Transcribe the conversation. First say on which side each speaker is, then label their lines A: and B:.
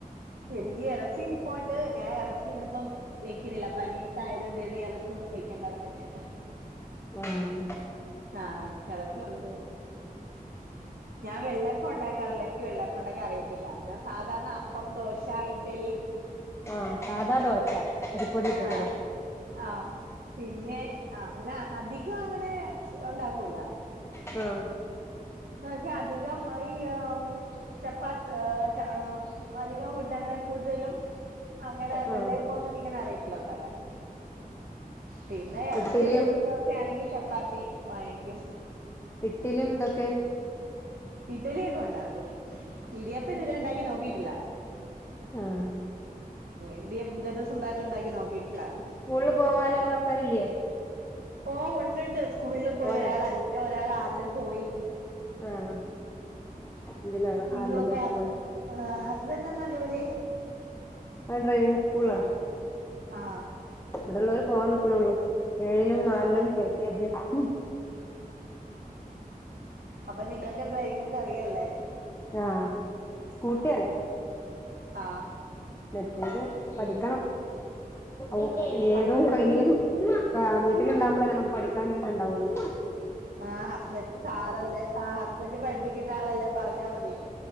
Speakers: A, on the right; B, on the left.
A: <unintelligible> എറച്ചി കി പ്പോണ്ട് ഞാൻ എറച്ചി ഇന്നിപ്പം വെക്കുന്നില്ല പനിയൊക്കെ ആയത് കൊണ്ട് ഇനി എറച്ചി ഒന്നും വെ ക്കണ്ടാന്ന് വെച്ച്
B: ഉം
A: ആഹ് എറച്ചി <unintelligible> ഞാൻ വെള്ളപ്പം ഒണ്ടാ ക്കാറില്ല എനിക്ക് വെള്ളപ്പോണ്ടാക്കാനറിയത്തില്ലാ ഞാ സാധാരണ അപ്പം ദോശ ഇഡ്ഡലി
B: ആ സാധാ ദോശ അരിപ്പൊടി ഇട്ടിട്ടില്ല
A: ആഹ് ആഹ് പിന്നേ അ അങ്ങന അധികം അങ്ങനേ ഒണ്ടാക്കൂല
B: ആ
A: എന്നച്ച അധികം ഈ ആമ് ചപ്പാ ഏഹ് ച ആ അധികം ഫുഡ് അങ്ങനെ കൂടുതലും അങ്ങനെ
B: ആ
A: വെള്ളയപ്പോന്നും നിങ്ങനെ അറിയ ത്തില്ലാ ഒണ്ടാക്കാൻ പിന്നേ എറച്ചിയൊക്കെ
B: ഇഡ്ഡലിയും
A: വെക്കുന്ന അവസ്ഥയാണെങ്കിൽ ചപ്പാത്തി വാങ്ങിക്കും.
B: ഇട്ടില്യും ദൊക്കെ
A: ഇഡലിയൊക്കെ ഒണ്ടാക്കും ഇടിയപ്പം ഇതുവരെയും ഒണ്ടാക്കി നോക്കീട്ടില്ല
B: ആഹ്
A: ഇടിയപ്പം ഇതുവരെ സ്വന്തായിട്ട് ഉണ്ടാക്കി നോക്കിയിട്ടില്ല.
B: സ്കൂള് പോവാനുള്ള ആൾക്കാരില്യേ
A: ഓ ഒണ്ട്ണ്ട് സ്കൂള് പോയി
B: പോയാ
A: ഒരാൾ അഞ്ചിലും ഒരാൾ ആറിലും പോയി
B: ആ ആഹ് ഇതില്
A: ഇന്നൊ
B: ആറിലും
A: <unintelligible>
B: പോയിട്ട് പോയി
A: ആഹ് ഹസ്ബൻഡ് എന്നാ ജോലീ
B: ആ ഡ്രൈവിങ് സ്കൂളാണ്.
A: ആ
B: ഇവിടെ ഒള്ളവര് പോവാൻ നിക്കണോള്ളു ഏഴിലും നാലിലും
A: അപ്പൊ
B: എൽകെജി ലും
A: അപ്പ നിങ്ങക്ക് എന്തുവാ <unintelligible> ഒക്കെ അറിയാല്ലേ
B: ആഹ് സ്കൂട്ട്യാറിയ
A: ആ
B: മെറ്റേത് പഠിക്കണം ഓക്ക് ഏതും
A: ഹസ്ബൻഡ്
B: കൈര് താ വീട്ടിലുണ്ടാവുമ്പളാ നമുക്ക് പഠിക്കാനൊരു ഇത് ഉണ്ടാവുള്ളൂ
A: ആ ഹസ്ബൻഡ് കാടല്ലേ ആ ഹസ്ബൻഡ് പഠിപ്പിക്കുന്ന ആളല്ലേ പറഞ്ഞാ മതി